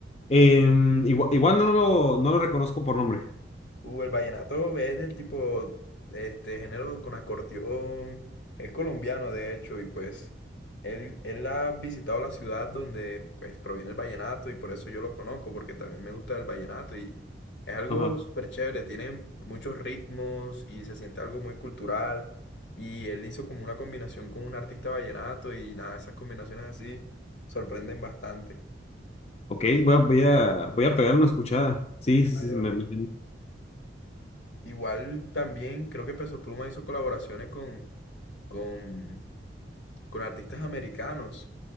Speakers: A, on the left; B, on the left.
A: Em, igua- igual, no lo, no lo reconozco por nombre.
B: Uh, el vallenato es del tipo, este género con acordeón, es colombiano de hecho, y pues él, él ha visitado la ciudad donde pues proviene el vallenato y por eso yo lo conozco, porque también me gusta el vallenato y es algo
A: Ajá.
B: súper chévere, tiene muchos ritmos y se siente algo muy cultural y él hizo como una combinación con un artista vallenato y nada, esas combinaciones así sorprenden bastante.
A: Ok, voy a, voy a, voy a pegarle una escuchada. Sí, sí,
B: Vale,
A: sí,
B: vale.
A: me, me
B: Igual también creo que Peso Pluma hizo colaboraciones con con, con artistas americanos.